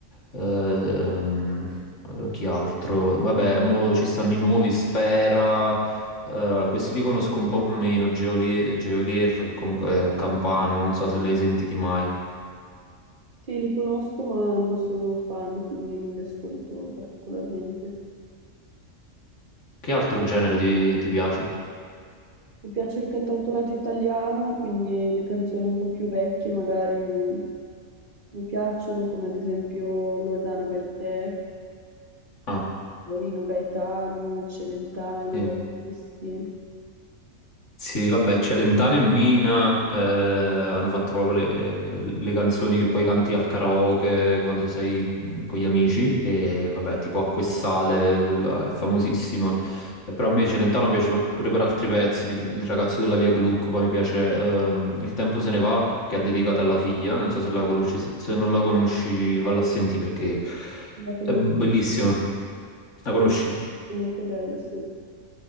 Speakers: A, on the left; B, on the right.
A: ehm, eh, chi altro? Vabbè, mo ci stanno i nuovi, Sfera, eh, questi li conosco un po' meno, Geolier, Geolier, che comunque è Campano, non so se li hai sentiti mai.
B: Sì, li conosco, ma non sono fan, quindi non li ascolto particolarmente.
A: Che altro genere ti, ti piace?
B: Mi piace il cantautorato italiano, quindi le canzoni un po' più vecchie magari mi, mi piacciono, come ad esempio Loredana Bertè,
A: Ah,
B: Rino Gaetano, Celentano,
A: sì.
B: Battisti.
A: Sì, vabbè, c'è Lentano e Mina, eh, hanno fatto proprio le, le canzoni che poi canti al karaoke quando sei mm, con gli amici, e vabbè, tipo Acqua e Sale, quella è famosissima. Eh, però a me Celentano piace pro- pure per altri pezzi, tipo Il ragazzo della via Gluck, poi mi piace ehm, Il tempo se ne va, che ha dedicato alla figlia, non so se la conosci, se se non la conosci valla a sentire perché
B: La conosco,
A: è bellissima. La conosci?
B: è molto bella, sì.